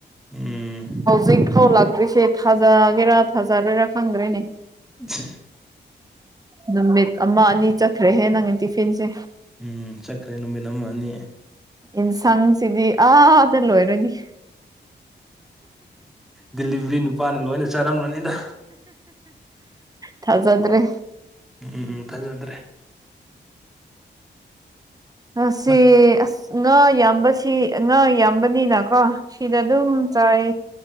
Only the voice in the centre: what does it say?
ꯎꯝ
<unintelligible>
ꯎꯝ ꯆꯠꯈ꯭ꯔꯦ ꯅꯨꯃꯤꯠ ꯑꯃ ꯑꯅꯤ
ꯗꯦꯂꯤꯚꯔꯤ ꯅꯨꯄꯥꯅ ꯂꯣꯏꯅ ꯆꯥꯔꯝꯃꯅꯤꯗ
ꯎꯝ ꯎꯝ ꯎꯝ ꯊꯥꯖꯗ꯭ꯔꯦ
ꯅ-